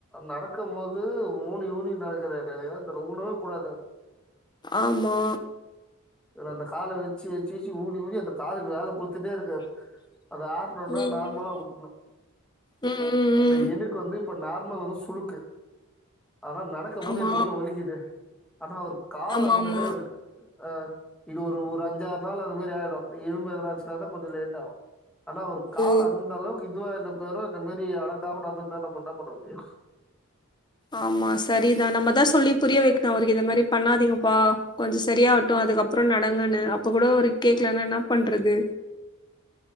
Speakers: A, in the centre; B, on the left.
A: நடக்கும் போது ஊனி ஊனி நடக்கறாரு அது என்னான்னு தெர்ல ஊனவே கூடாது
B: ஆமா
A: வேற அந்த கால வச்சு வச்சு வச்சு வச்சு ஊனி ஊனி அந்த காலுக்கு வேல கொடு துட்டே இருக்காரு அத ஆருனுனா
B: ம்
A: நார்மலா உடுணும்
B: ம் ம்
A: இப்ப
B: ம்
A: எனுக்கு வந்து இப்ப நார்மல் வந்து சுளுக்கு ஆனா நடக்கும் போது
B: ஆமா
A: எனக்கு எவ்ளோ வலிக்குது ஆனா ஒரு கால்
B: ஆமா
A: அந்த
B: ஆமா
A: எடவ இருக்கு ஆஹ் இது ஒரு ஒரு அஞ்சாறு நாள் அந்த மாரி ஆயிடும் நீ இரும்பு எதனாச்சினுதான் கொஞ்சோ லேட் ஆவும் ஆனா அவர் கால்
B: ஓ
A: அந்த அளவுக்கு இதுவா என்ன பேரும் இந்த மேரி அடங்காம நடந்திருந்தா நம்ம என்ன பண்ண முடியும்
B: ஆமா சரிதான் நம்மதான் சொல்லி புரிய வைக்கணும் அவருக்கு இந்த மாரி பண்ணாதீங்கப்பா கொஞ்சம் சரியாகட்டும் அதுக்கப்புறம் நடங்கன்னு அப்ப கூட அவரு கேக்கலனா என்னா பண்றது